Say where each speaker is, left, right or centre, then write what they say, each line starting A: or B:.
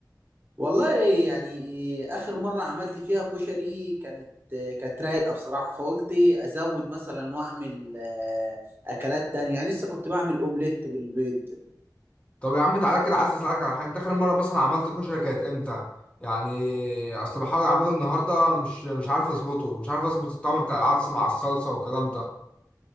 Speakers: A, on the right (about 30°); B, on the left (about 15°).
A: والله يعني اخر مره عملت فيها كشري كانت كانت رايقه بصراحه فقلت ازود مثلا واعمل آه، اكلات تانية يعني لسه كنت بعمل اومليت بالبيض
B: طب يا عم تعالى كده عايز اسالك على حاجه انت اخر مره مثلا عملت كشري كانت امتى يعني اصل بحاول اعمله النهارده مش مش عارف اظبطه مش عارف اظبط الطعم بتاع العدس مع الصلصه والكلام ده